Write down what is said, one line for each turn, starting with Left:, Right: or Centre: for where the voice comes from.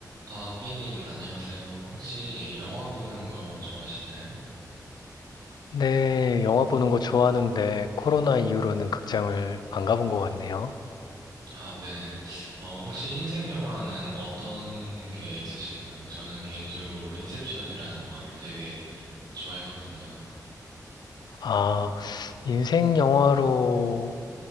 Right: 아, 삐님, 안녕하세요. 혹시 영화 보는 거 좋아하시나요?
Left: 네, 영화 보는 거 좋아하는데 코로나 이후로는 극장을 안 가본 것 같네요.
Right: 아, 네네. 어, 혹시 인생 영화는 어떤 게 있으신가요? 저는 개인적으로 인셉션이라는 영화를 되게 좋아했거든요.
Left: 아, 인생 영화로